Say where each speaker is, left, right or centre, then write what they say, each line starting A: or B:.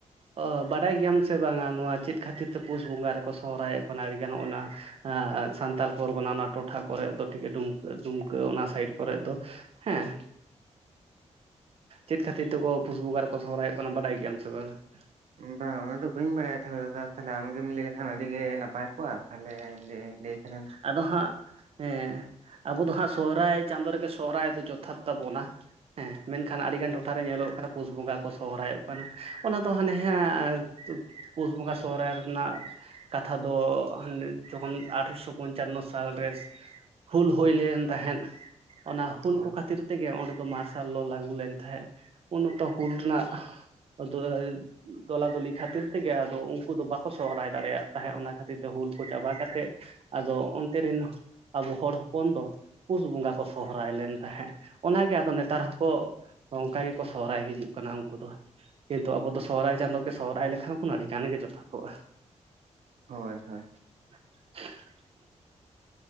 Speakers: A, on the right; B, on the right.
A: ᱚ, ᱵᱟᱰᱟᱭ ᱜᱮᱭᱟᱢ ᱥᱮ ᱵᱟᱝᱟ ᱱᱚᱣᱟ ᱪᱮᱫ ᱠᱷᱟᱹᱛᱤᱨ ᱛᱮ ᱯᱩᱥ ᱵᱚᱸᱜᱟ ᱨᱮᱠᱚ ᱥᱚᱦᱨᱟᱭᱚᱜ ᱠᱟᱱᱟ ᱟᱹᱰᱤ ᱜᱟᱱ ᱱᱚᱜ-ᱚᱱᱟ᱾ ᱟᱻ ᱥᱟᱱᱛᱟᱞ ᱯᱚᱨᱜᱚᱱᱟ ᱚᱱᱟ ᱴᱚᱴᱷᱟ ᱠᱚᱨᱮᱜ ᱫᱚ ᱴᱷᱤᱠ ᱰᱩᱢᱠᱟᱹ, ᱰᱩᱢᱠᱟᱹ ᱚᱱᱟ ᱥᱟᱭᱤᱰ ᱠᱚᱨᱮᱜ ᱫᱚ ᱦᱮᱸ᱾ ᱪᱮᱫ ᱠᱷᱟᱹᱛᱤᱨ ᱛᱮᱠᱚ ᱯᱩᱥ ᱵᱚᱸᱜᱟ ᱨᱮᱠᱚ ᱥᱚᱦᱨᱟᱭᱚᱜ ᱠᱟᱱᱟ ᱵᱟᱰᱟᱭ ᱜᱮᱭᱟᱢ ᱥᱮ ᱵᱟᱝᱟ?
B: ᱵᱟᱝ ᱚᱱᱟ ᱫᱚ ᱵᱟᱹᱧ ᱵᱟᱲᱟᱭᱟ ᱛᱟᱦᱞᱮ ᱫᱟᱫᱟ, ᱛᱟᱦᱞᱮ ᱟᱢᱜᱮᱢ ᱞᱟᱹᱭ ᱞᱮᱠᱷᱟᱱ ᱟᱹᱰᱤ ᱜᱮ ᱱᱟᱯᱟᱭ ᱠᱚᱜ-ᱟ᱾ ᱛᱟᱦᱞᱮ ᱞᱮ ᱞᱟᱹᱭ ᱞᱟᱹᱭ ᱠᱷᱟᱱᱮᱢ᱾
A: ᱟᱫᱚ ᱦᱟᱸᱜ, ᱦᱮᱸ ᱟᱵᱚ ᱫᱚ ᱦᱟᱸᱜ ᱥᱚᱦᱨᱟᱭ ᱪᱟᱸᱫᱚ ᱨᱮᱜᱮ ᱥᱚᱦᱨᱟᱭ ᱫᱚ ᱡᱚᱛᱷᱟᱛ ᱛᱟᱵᱚᱱᱟ᱾ ᱦᱮᱸ ᱢᱮᱱᱠᱷᱟᱱ ᱟᱹᱰᱤᱜᱟᱱ ᱴᱚᱴᱷᱟᱨᱮ ᱧᱮᱞᱚᱜ ᱠᱟᱱᱟ, ᱯᱩᱥ ᱵᱚᱸᱜᱟ ᱠᱚ ᱥᱚᱦᱨᱟᱭᱚᱜ ᱠᱟᱱᱟ, ᱚᱱᱟ ᱫᱚ ᱦᱟᱱᱮ ᱦᱮᱸ᱾ ᱯᱩᱥ ᱵᱚᱸᱜᱟ ᱥᱚᱦᱨᱟᱭ ᱨᱮᱱᱟᱜ ᱠᱟᱛᱷᱟ ᱫᱚ ᱦᱟᱱᱮ᱾ ᱡᱚᱠᱷᱚᱱ ᱟᱴᱷᱨᱚᱥᱚ ᱯᱚᱧᱪᱟᱱᱚ ᱥᱟᱞᱨᱮ ᱦᱩᱞ ᱦᱩᱭ ᱞᱮᱱ ᱛᱟᱦᱮᱸᱫ᱾ ᱚᱱᱟ ᱦᱩᱞ
B: ᱦᱳᱭ
A: ᱠᱚ ᱠᱷᱟᱹᱛᱤᱨ ᱛᱮᱜᱮ ᱚᱸᱰᱮ ᱫᱚ ᱢᱟᱨᱥᱟᱞ ᱞᱚ ᱞᱟᱹᱜᱩ ᱞᱮᱱ ᱛᱟᱦᱮᱸᱜ, ᱩᱱ ᱚᱠᱛᱚ ᱦᱩᱞ ᱨᱮᱱᱟᱜ <unintelligible> ᱫᱚᱞᱟᱫᱚᱞᱤ ᱠᱷᱟᱹᱛᱤᱨ ᱛᱮᱜᱮ ᱟᱫᱚ ᱩᱝᱠᱩ ᱫᱚ ᱵᱟᱠᱚ ᱥᱚᱦᱨᱟᱭ ᱫᱟᱲᱮᱭᱟᱜ ᱛᱟᱦᱮᱸᱫ ᱚᱱᱟ ᱠᱷᱟᱹᱛᱤᱨ ᱛᱮ ᱦᱩᱞ ᱠᱚ ᱪᱟᱵᱟ ᱠᱟᱛᱮᱫ ᱟᱫᱚ ᱚᱱᱛᱮ ᱨᱤᱱ᱾ ᱟᱵᱚ ᱦᱚᱲ ᱦᱚᱯᱚᱱ ᱫᱚ ᱯᱩᱥ ᱵᱚᱸᱜᱟ ᱠᱚ ᱥᱚᱦᱨᱟᱭ ᱞᱮᱱ ᱛᱟᱦᱮᱸᱫ, ᱚᱱᱟᱜᱮ ᱟᱫᱚ ᱱᱮᱛᱟᱨ ᱦᱚᱸᱠᱚ ᱦᱚᱸ, ᱚᱝᱠᱟ ᱜᱮᱠᱚ ᱥᱚᱦᱨᱟᱭ ᱦᱤᱡᱩᱜ ᱠᱟᱱᱟ ᱩᱝᱠᱩ ᱫᱚ᱾ ᱠᱤᱱᱛᱩ ᱟᱵᱚ ᱫᱚ ᱥᱚᱦᱨᱟᱭ ᱪᱟᱸᱫᱳ ᱜᱮ ᱥᱚᱦᱨᱟᱭ ᱞᱮᱠᱷᱟᱱ ᱵᱚᱱ, ᱟᱹᱰᱤ ᱜᱟᱱ ᱜᱮ ᱡᱚᱛᱷᱟ ᱠᱚᱜ-ᱟ᱾
B: ᱦᱳᱭ ᱦᱳᱭ᱾
A: <unintelligible>